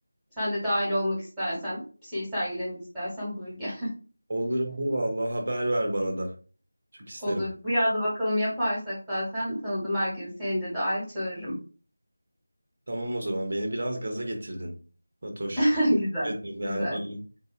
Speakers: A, in the centre; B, on the right.
A: Sen de dahil olmak istersen, bir şeyi sergilemek istersen buyur gel.
B: Olur olur vallahi haber ver bana da.
A: <laughs>
B: Çok isterim.
A: Olur. Bu yaz bakalım yaparsak zaten tanıdığım herkesi seni de dahil çağırırım.
B: Tamam o zaman beni biraz gaza getirdin. Fatoş.
A: <laughs> Güzel.
B: Evet yani
A: Güzel.
B: böyle